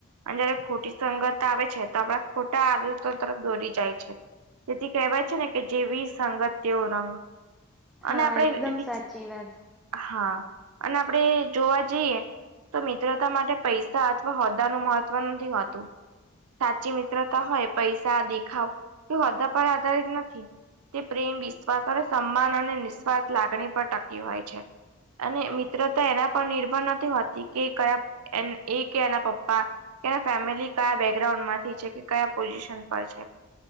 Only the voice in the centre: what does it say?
હા
એકદમ સાચી વાત